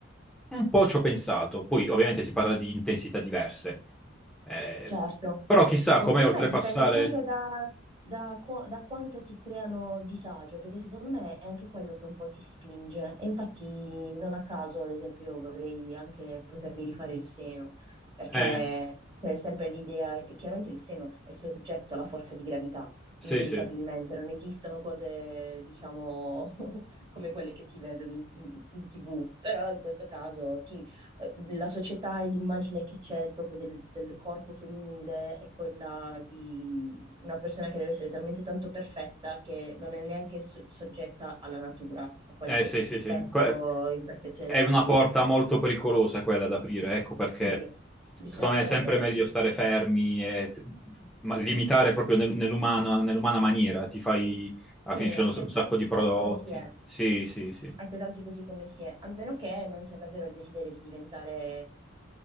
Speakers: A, in the centre; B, on the right.
A: un po' ci ho pensato. Poi, ovviamente, si parla di intensità diverse, Eh,
B: Certo,
A: però chissà
B: e
A: com'è
B: secondo
A: oltrepassare...
B: me dipende sempre da, da co- da quanto ti creano disagio, perché secondo me è anche quello che un po' ti spinge. E infatti non a caso, ad esempio, io vorrei anche potermi rifare il seno, perché
A: Eh,
B: c'è sempre l'idea, e chiaramente il seno è soggetto alla forza di gravità,
A: sì,
B: inevitabilmente,
A: sì.
B: non esistono cose, diciamo, <laughs> come quelle che si vedono in, in- in TV, però in questo caso eh, la società e l'immagine che c'è proprio del, del corpo femminile è quella di una persona che deve essere talmente tanto perfetta che non è neanche so- soggetta alla natura, a qualsiasi
A: Eh sì, sì,
B: difetto
A: sì. Que-
B: o imperfezione
A: è
B: della
A: una
B: natura.
A: porta molto pericolosa quella da aprire, ecco perché
B: Sì, bisogna
A: secondo
B: stare
A: me è sempre
B: attenti.
A: meglio stare fermi e t- ma- limitare proprio nel- nell'umana, nell'umana maniera, ti fai,
B: Sì,
A: alla fine ci
B: accettarsi
A: sono un sacco di
B: così
A: prodotti.
B: come si è,
A: Sì, sì, sì.
B: accettarsi così come si è, a meno che non sia davvero il desiderio di diventare